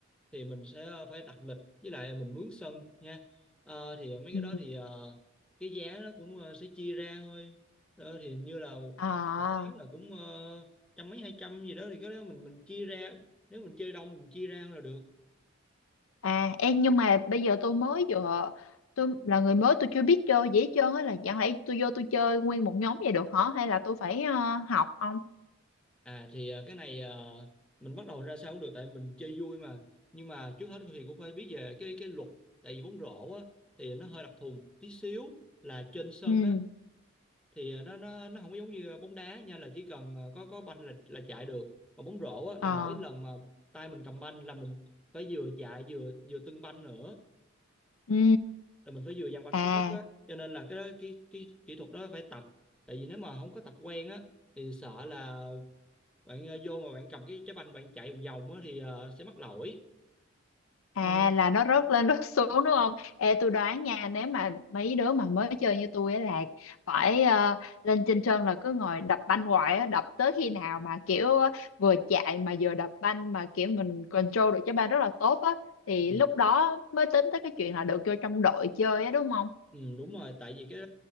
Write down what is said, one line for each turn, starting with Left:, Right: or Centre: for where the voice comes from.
Centre: thì mình sẽ ờ, phải đặt lịch với lại mình mướn sân nha Ờ, thì mấy
Left: ừ.
Centre: cái đó thì ờ, cái giá nó cũng ờ, sẽ chia ra thôi Ờ, thì hình như là một,
Left: À
Centre: một tiếng là cũng ờ, trăm mấy hai trăm gì đó thì cái đó mình mình chia ra nếu mình chơi đông thì mình chia ra là được
Left: À, em nhưng mà bây giờ tôi mới vừa tôi là người mới tôi chưa biết chơi dễ hết á là chẳng lẽ tôi vô tôi chơi nguyên một nhóm vậy được hả hay là tôi phải ờ, học không?
Centre: à thì ờ, cái này ờ, mình bắt đầu ra sao cũng được tại mình chơi vui mà nhưng mà trước hết thì cũng phải biết về cái cái luật tại vì bóng rổ á thì nó hơi đặc thù một tí xíu là trên sân
Left: Ừ.
Centre: á thì ờ, nó nó nó không có giống như bóng đá nha là chỉ cần ờ, có có banh là là chạy được còn bóng rổ á là
Left: Ờ.
Centre: mỗi lần mà tay mình cầm banh là mình phải vừa chạy vừa vừa tưng banh nữa
Left: Ừ.
Centre: là mình phải vừa giằng banh
Left: À.
Centre: xuống đất á cho nên là cái cái cái kỹ thuật đó phải tập tại vì nếu mà không có tập quen á thì sợ là bạn ờ, vô mà bạn cầm cái cái banh bạn chạy vòng vòng á thì ờ, sẽ mắc lỗi
Left: À
Centre: ừ,
Left: là nó rớt lên rớt xuống đúng không? Ê tôi đoán nha, nếu mà mấy đứa mà mới chơi như tôi ấy là phải ờ, lên trên sân là cứ ngồi đập banh hoài á, đập tới khi nào mà kiểu ờ, vừa chạy mà vừa đập banh mà kiểu mình control được trái banh rất là tốt á thì
Centre: ừ,
Left: lúc đó mới tính tới cái chuyện là được vô trong đội chơi á đúng không?
Centre: ừ, đúng rồi tại vì cái